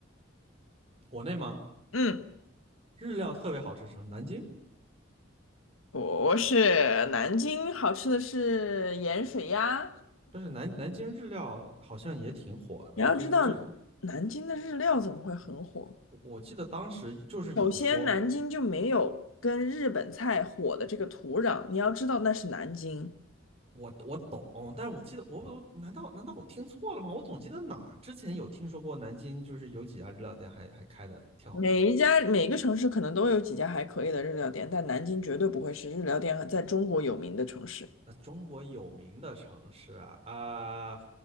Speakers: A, on the right; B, on the left.
A: 国内吗？
B: 嗯。
A: 日料特别好吃什城市，南京
B: 不是南京好吃的是盐水鸭。
A: 不是南南京日料好像也挺火的，
B: 你要知道，
A: 就是就是
B: 南京的日料怎么会很火？
A: 我记得当时就是有说
B: 首先，南京就没有跟日本菜火的这个土壤。你要知道，那是南京。
A: 我我懂，但是我记得我我难道难道我听错了吗？我总记得哪儿之前有听说过南京，就是有几家日料店还还开的挺好吃的。
B: 每一家每个城市可能都有几家还可以的日料店，但南京绝对不会是日料店在中国有名的城市。
A: 那中国有名的城市啊啊、呃